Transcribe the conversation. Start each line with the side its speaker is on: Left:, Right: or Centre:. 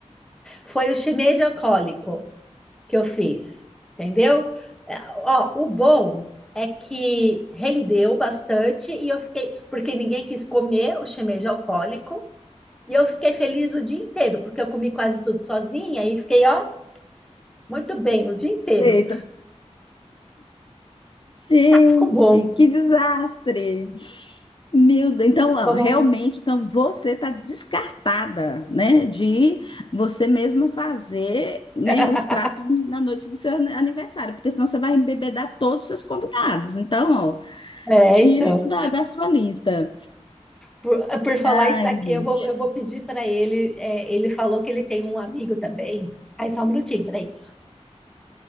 Centre: foi o shimeji alcoólico que eu fiz, entendeu? É, Ó, o bom é que rendeu bastante e eu fiquei, porque ninguém quis comer o shimeji alcoólico, e eu fiquei feliz o dia inteiro, porque eu comi quase tudo sozinha e fiquei, ó, muito bem o dia inteiro.
Left: Eita. Gente,
Centre: Ah, ficou bom,
Left: que desastre. Meu Deus, então, ó,
Centre: ficou
Left: realmente,
Centre: bom.
Left: então você está descartada, né, de você mesma fazer, né,
Centre: <laughs>
Left: os pratos na noite do seu ani- aniversário, porque senão você vai embebedar todos os seus convidados. Então, ó,
Centre: É,
Left: tira
Centre: então.
Left: isso da, da sua lista.
Centre: Por, por falar
Left: Ai,
Centre: isso aqui
Left: gente.
Centre: eu vou, eu vou pedir para ele. é, ele falou que ele tem um amigo também. Aí, só um minutinho, peraí.